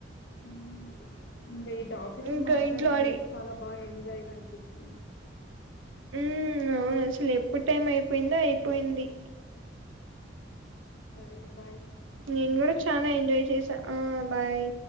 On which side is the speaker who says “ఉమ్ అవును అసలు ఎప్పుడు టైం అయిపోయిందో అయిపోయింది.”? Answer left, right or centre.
Right